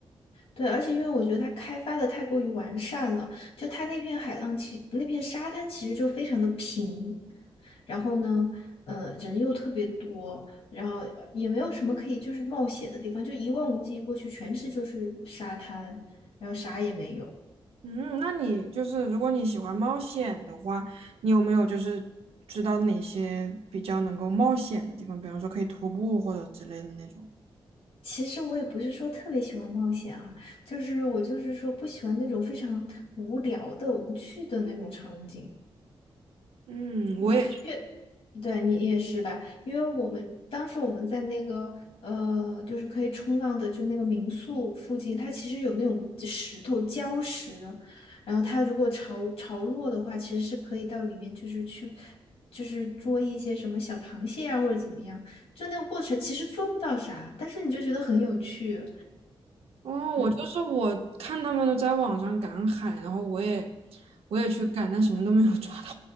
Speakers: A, on the left (about 85°); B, on the right (about 80°).
A: 对，而且因为我觉得它开发的太过于完善了，就它那片海浪其那片沙滩其实就非常的平，然后呢，呃，人又特别多，然后呃也没有什么可以就是冒险的地方，就一望无际过去全是就是沙滩，然后啥也没有。
B: 嗯，那你就是如果你喜欢冒险的话，你有没有就是知道哪些比较能够冒险的地方？比方说可以徒步或者之类的那种。
A: 其实我也不是说特别喜欢冒险啊，就是我就是说不喜欢那种非常无聊的、无趣的那种场景。
B: 嗯，
A: 嗯，
B: 我也
A: 因为对你也是吧？因为我们当时我们在那个呃，就是可以冲浪的，就那个民宿附近，它其实有那种石头礁石，然后它如果潮潮落的话，其实是可以到里面，就是去就是捉一些什么小螃蟹啊，或者怎么样。就那个过程其实捉不到啥，但是你就觉得很有趣，
B: 哦，
A: 嗯，
B: 我就是我看他们都在网上赶海，然后我也我也去赶，但什么都没有抓到。